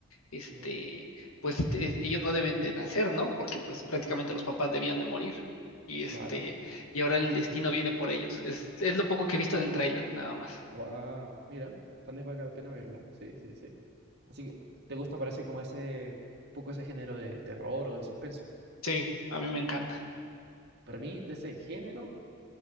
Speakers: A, on the left; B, on the right.
A: este,
B: Ya,
A: pues este, ellos no deben de nacer, ¿no? Porque pues prácticamente los papás debían de morir. Y
B: claro.
A: este, y ahora el destino viene por ellos. Es, es lo poco que he visto del tráiler, nada más.
B: Wow. Mira, tal vez valga la pena verla. Sí, sí, sí. Así que, ¿te gusta? Parece como ese, un poco ese género de terror o de suspenso.
A: Sí, a mí me encanta.
B: Para mí, de ese género